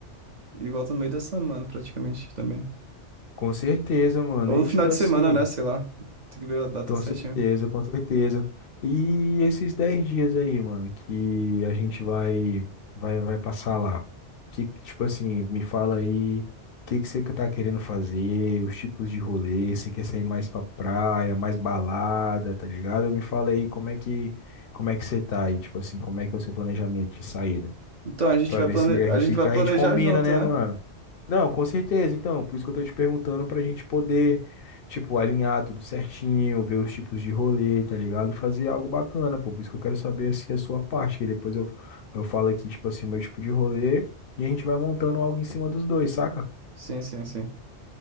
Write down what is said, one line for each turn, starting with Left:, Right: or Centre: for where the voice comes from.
Right: e, e volta no meio da semana praticamente também.
Left: Com certeza, mano.
Right: Ou
Left: E
Right: no final
Left: tipo
Right: de
Left: assim,
Right: semana, né? Sei lá. Tem que ver a data
Left: com
Right: certinha.
Left: certeza, com certeza. E esses 10 dias aí, mano, que a gente vai vai vai passar lá. Que tipo assim, me fala aí, o que que você tá querendo fazer, os tipos de rolê, se quer sair mais pra praia, mais balada, tá ligado? Me fala aí como é que como é que você tá aí, tipo assim, como é que é o seu planejamento de saída?
Right: Então a gente
Left: Pra
Right: vai
Left: ver
Right: plane...
Left: se a
Right: a
Left: gente,
Right: gente vai
Left: a
Right: planejar
Left: gente combina,
Right: junto,
Left: né,
Right: né?
Left: mano? Não, com certeza. Então, por isso que eu tô te perguntando pra gente poder, tipo, alinhar tudo certinho, ver os tipos de rolê, tá ligado? Fazer algo bacana, pô. Por isso que eu quero saber, assim, a sua parte, que depois eu, eu falo aqui, tipo assim, o meu tipo de rolê e a gente vai montando algo em cima dos dois, saca?
Right: Sim, sim, sim.